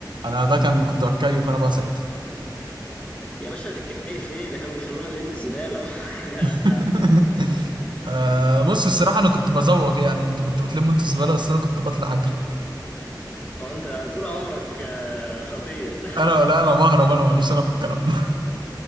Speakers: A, on the right (about 80°); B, on the left (about 15°).
A: انا ده كان كنت بتكيف انا بقى ساعتها
B: يا باشا هتتكيف ايه ده كانوا بيخلونا نلم الزباله <laughs> وحاجه
A: <laughs> آه بص الصراحه انا كنت بزوغ يعني انتوا كنتوا بتلموا انتوا زباله بس انا كنت بطلع اجري
B: اه انت طول عمرك آه، خطير <laughs>
A: انا لا انا بهرب انا ماليش انا في الكلام ده